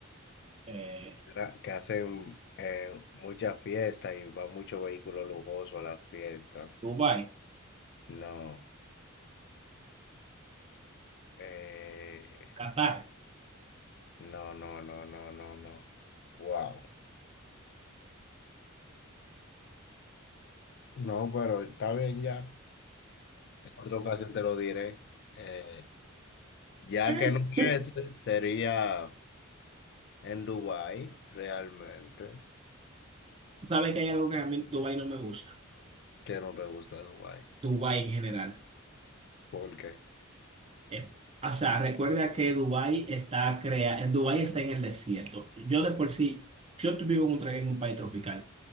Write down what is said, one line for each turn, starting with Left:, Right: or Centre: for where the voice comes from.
Right: Eh,
Left: ra- que hacen eh, mucha fiesta y va mucho vehículo lujoso a las fiestas.
Right: Dubái,
Left: No, eh,
Right: Qatar.
Left: no, no, no, no, no, no. Wow. No, pero está bien ya. En otra ocasión te lo diré. Eh, ya
Right: <laughs>
Left: que no es, sería en Dubái, realmente,
Right: Sabes que hay algo que a mí Dubái no me gusta.
Left: que no te gusta Dubái.
Right: Dubái en general.
Left: ¿Por qué?
Right: Eh, o sea, recuerda que Dubái está crea, en Dubái está en el desierto. Yo de por sí, yo t- vivo en un, tra- en un país tropical,